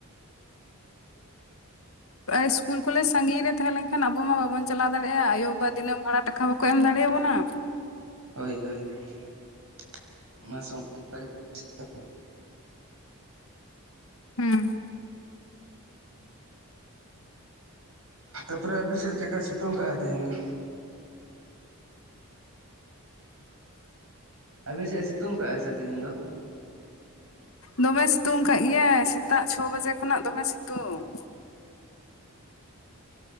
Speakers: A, on the left (about 70°); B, on the right (about 70°).
A: ᱤᱥᱠᱩᱞ ᱠᱚᱞᱮᱡᱽ ᱥᱟᱺᱜᱤᱧ ᱨᱮ ᱛᱟᱦᱮᱸ ᱞᱮᱱᱠᱷᱟᱱ ᱟᱵᱚ ᱢᱟ ᱵᱟᱵᱚᱱ ᱪᱟᱞᱟᱣ ᱫᱟᱲᱮᱭᱟᱜ-ᱟ, ᱟᱭᱳᱼᱵᱟᱵᱟ ᱫᱤᱱᱟᱹᱢ ᱵᱷᱟᱲᱟ ᱴᱟᱠᱟ ᱵᱟᱠᱚ ᱮᱢ ᱫᱟᱲᱮᱭᱟᱵᱚᱱᱟ ᱾
B: ᱦᱳᱭ ᱦᱳᱭ ᱾ <inaudible> ᱚᱱᱟ <unintelligible>
A: ᱦᱮᱸ ᱾
B: ᱛᱟᱯᱚᱨᱮ ᱟᱹᱵᱤᱱ ᱥᱮᱫ ᱪᱮᱫᱠᱟᱭ ᱥᱤᱛᱩᱝ ᱠᱟᱜᱟᱭ ᱛᱮᱦᱮᱧ ᱫᱚ? ᱟᱹᱵᱤᱱ ᱥᱮᱫ ᱮ ᱥᱤᱛᱩᱝ ᱠᱟᱜ-ᱟ ᱥᱮ ᱛᱤᱦᱤᱧ ᱫᱚ?
A: ᱫᱚᱢᱮ ᱥᱤᱛᱩᱝ ᱠᱟᱜ ᱜᱮᱭᱟᱭ ᱥᱮᱛᱟᱜ ᱪᱷᱚ ᱵᱟᱡᱮ ᱠᱷᱚᱱᱟᱜ ᱫᱚᱢᱮ ᱥᱤᱛᱩᱝ ᱾